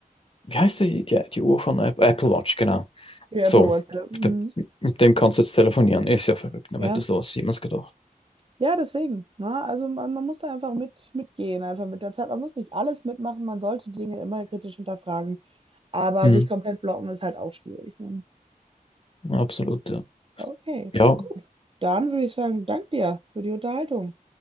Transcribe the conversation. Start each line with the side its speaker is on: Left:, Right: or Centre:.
Left: wie heißt die, die, die Uhr von App- Apple Watch, genau.
Right: Die Apple
Left: So,
Right: Watch. ja. Mhm.
Left: mit dem, mit dem kannst du jetzt telefonieren. Ist ja verrückt, wer
Right: Ja.
Left: hätte sowas jemals gedacht.
Right: Ja, deswegen. Ne? Also man, man muss da einfach mit, mitgehen, einfach mit der Zeit. Man muss nicht alles mitmachen, man sollte die Dinge immer kritisch hinterfragen, aber
Left: Hm,
Right: sich komplett blocken ist halt auch schwierig. Ne?
Left: absolut, ja.
Right: Okay,
Left: Ja,
Right: gut. Dann würde ich sagen, dank dir für die Unterhaltung.